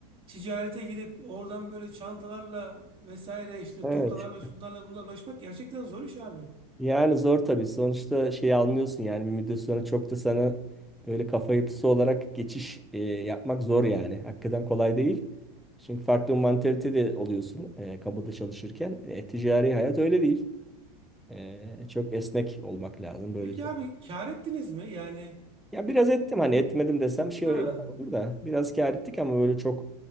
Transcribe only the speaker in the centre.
Evet.
Yani zor tabii. Sonuçta şey anlıyorsun yani bir müddet sonra çok da sana böyle kafa yapısı olarak geçiş e, yapmak zor yani. Hakikaten kolay değil. Çünkü farklı bir mantalite de oluyorsun e, kamuda çalışırken. E, ticari hayat öyle değil. E, çok esnek olmak lazım. Böyle
çok
ya biraz ettim
hani etmedim desem şey
yalan olur da biraz kâr ettik ama böyle çok